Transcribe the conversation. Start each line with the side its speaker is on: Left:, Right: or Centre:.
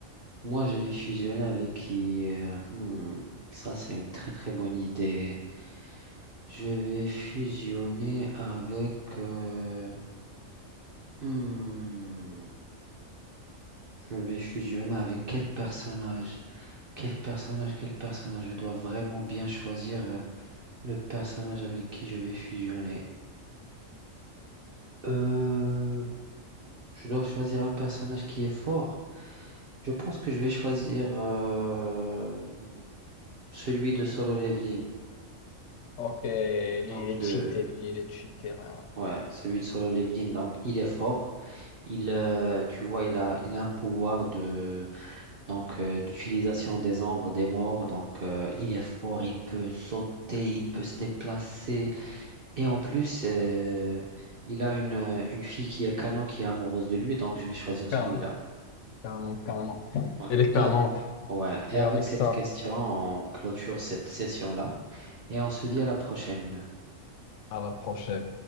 Right: moi, je vais fusionner avec qui? euh, hmm, ça, c'est une très, très bonne idée. Je vais fusionner avec... euh, hmm, je vais fusionner avec quel personnage? Quel personnage? Quel personnage? Je dois vraiment bien choisir euh, le personnage avec qui je vais fusionner. Euh, je dois choisir un personnage qui est fort. Je pense que je vais choisir euh, celui de Solo Leveling.
Left: Ok, lui
Right: Donc
Left: il est
Right: le...
Left: cheaté, lui il est cheaté, ouais. ouais.
Right: Ouais, celui de Solo Leveling. Donc il est fort. Il, euh, tu vois, il a, il a un pouvoir de donc euh, d'utilisation des ombres, des morts. Donc, euh, il est fort, il peut sauter, il peut se déplacer. Et en plus, euh, il a une, euh, une fille qui est canon, qui est amoureuse de lui. Donc, je vais choisir celui-là.
Left: Canon, canon, canon.
Right: Ouais.
Left: Il est canon,
Right: Et avec, ouais. Et
Left: et
Right: avec
Left: avec
Right: cette
Left: ça.
Right: question, on clôture cette session-là et on se dit à la prochaine.
Left: À la prochaine.